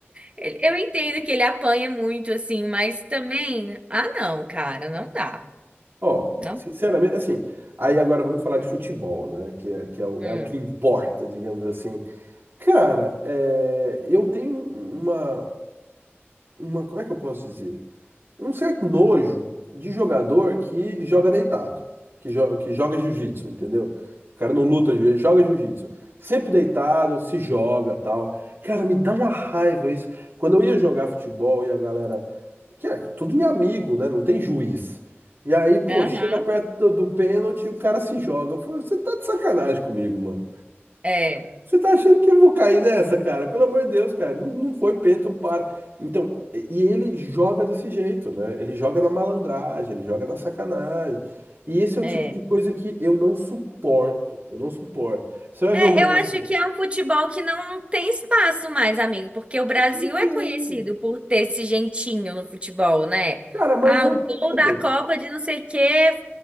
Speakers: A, on the right; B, on the right.
A: Ele- Eu entendo que ele apanha muito assim, mas também, ah, não, cara, não dá.
B: Ó,
A: Não.
B: sinceramente, assim. Aí agora vamos falar de futebol, né? Que é, que é, o,
A: Hum.
B: é o que importa, digamos assim. Cara, é, eu tenho um, uma, uma. Como é que eu posso dizer? um certo nojo de jogador que joga deitado, que, jo- que joga jiu-jitsu, entendeu? O cara não luta, ele joga jiu-jitsu. Sempre deitado, se joga, tal. Cara, me dá uma raiva isso. Quando eu ia jogar futebol e a galera, que é tudo em amigo, né? Não tem juiz. E aí, pô,
A: Aham.
B: chega perto do, do pênalti, e o cara se joga. Eu falei, Você tá de sacanagem comigo, mano.
A: É,
B: Você tá achando que eu vou cair nessa, cara? Pelo amor de Deus, cara. Não, não foi pênalti, não para. Então, e e ele joga desse jeito, né? Ele joga na malandragem, ele joga na sacanagem. E esse é o
A: é.
B: tipo de coisa que eu não suporto. Eu não suporto. Você vai
A: É,
B: ver o Messi?
A: eu acho que é um futebol que não tem espaço mais, amigo, porque o Brasil
B: Não tem.
A: é conhecido por ter esse jeitinho no futebol, né?
B: Cara, mais
A: Ah,
B: ou
A: o
B: menos.
A: gol da Copa de não sei o quê